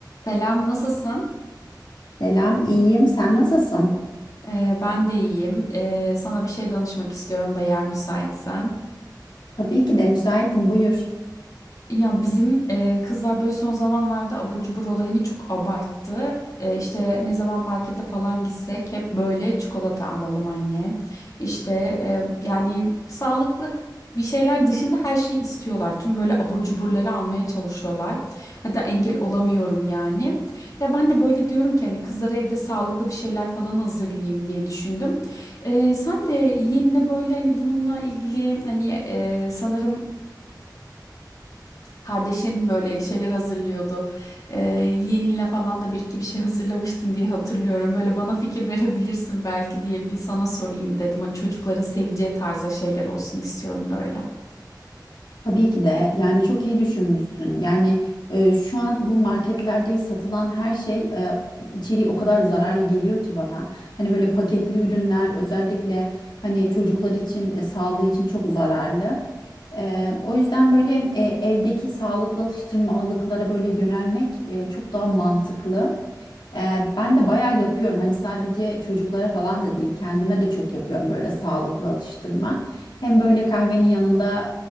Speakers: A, on the left; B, on the left.
A: Selam, nasılsın?
B: Selam, iyiyim. Sen nasılsın?
A: Ee, ben de iyiyim. Ee, sana bir şey danışmak istiyorum da yer müsaitsen.
B: Tabii ki de müsaitim, buyur.
A: Ya bizim e, kızlar böyle son zamanlarda abur cubur olayını çok abarttı. E, işte ne zaman markete falan gitsek hep böyle çikolata alalım anne. İşte e, yani sağlıklı bir şeyler dışında her şeyi istiyorlar. Tüm böyle abur cuburları almaya çalışıyorlar. Hatta engel olamıyorum yani. Ya ben de böyle diyorum ki hani kızlara evde sağlıklı bir şeyler falan hazırlayayım diye düşündüm. E, sen de yeğenine böyle hani bununla ilgili hani e, sanırım... Kardeşin böyle şeyler hazırlıyordu. Ee, yeğeninle falan da bir iki bir şey hazırlamıştın diye hatırlıyorum. Böyle bana fikir verebilirsin belki diye bir sana sorayım dedim. Hani çocukların seveceği tarzda şeyler olsun istiyorum böyle.
B: Tabii ki de. Yani çok iyi düşünmüşsün. Yani e, şu an bu marketlerde satılan her şey e, içeriği o kadar zararlı geliyor ki bana. Hani böyle paketli ürünler özellikle hani çocuklar için e, sağlığı için çok zararlı. E, o yüzden böyle e, evdeki sağlıklı atıştırmalıklara böyle yönelmek e, çok daha mantıklı. Ee, ben de bayağı yapıyorum. Hani sadece çocuklara falan da değil, kendime de çok yapıyorum böyle sağlıklı atıştırma. Hem böyle kahvenin yanında